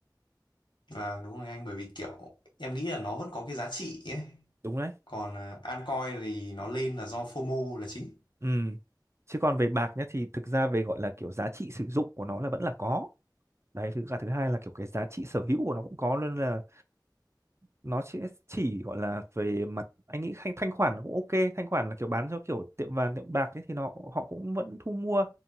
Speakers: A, on the left (about 80°); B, on the right (about 35°).
A: Và đúng rồi anh bởi vì kiểu em nghĩ là nó vẫn có cái giá trị ấy.
B: đúng đấy
A: Còn à, altcoin thì nó lên là do phô mô là chính.
B: ừ chứ còn về bạc nhá thì thực ra về gọi là kiểu giá trị sử dụng của nó là vẫn là có đấy thứ cả thứ hai là kiểu cái giá trị sở hữu của nó cũng có nên là nó sẽ chỉ gọi là về mặt anh nghĩ thanh thanh khoản là cũng ok thanh khoản là kiểu bán cho kiểu tiệm vàng tiệm bạc ấy thì nó họ cũng vẫn thu mua